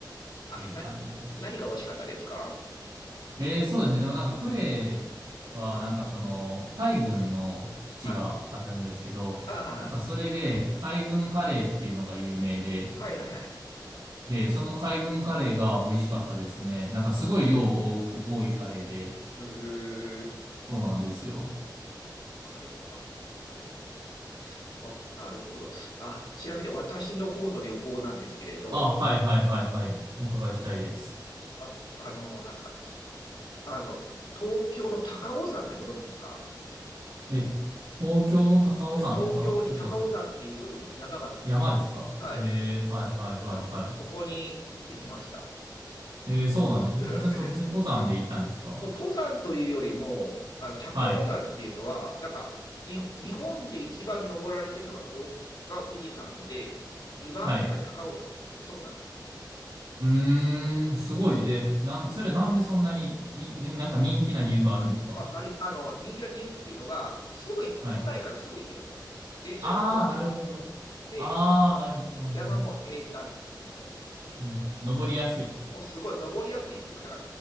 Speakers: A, on the left (about 75°); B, on the right (about 80°).
A: あ、
B: っていう感じです。
A: な、何が美味しかったですか
B: えー、そうですね。でもなんかクレーはなんかその海軍の基地があるんですけど、
A: あ、あ、あー、
B: なんかそれで海軍カレーっていうのが有名で、
A: はい、はい、はい。
B: で、その海軍カレーが美味しかったですね。なんかすごい量多く、多いカレーで、
A: うー
B: そうなんですよ。
A: 海、あ、そうか、海のとこか。あ、なるほど。あ、ちなみに私の方の旅行なんですけれど、
B: あ、はいはいはいはい。お伺いしたいです。
A: あ、あの、なんですか、あの、東京の高尾山ってご存知ですか
B: え、東京の高尾山ですかちょっと
A: 東京に高尾山っていう山があるんですよ。
B: 山ですかえー、
A: はい。
B: はいはいはいはい。
A: うん。そこに行ってきました。
B: えー、そうなんですね。
A: <laughs>
B: 普通、そう、普通に登山で行ったんですか
A: もう登山というよりも、あの、高尾山っていうのは、
B: はい。
A: なんか、に日本で一番登られてるのが東が富士山で、2番目が高尾山だった。
B: はい。
A: そこなんですよ。
B: うーん、すごいね。えなん、それなんでそんなに、に、になんか人気な理由があるんですか
A: あありあの人気の理由っていうのが、すぐい都内からすぐ行けるんですよ。
B: はい。
A: 電車一本で。
B: ああ、なるほど。
A: で、
B: ああ、なるほど、なるほど。
A: 山も平坦、も
B: うん。登りやすい。
A: うもうすごい登りやすいっていうか、なんか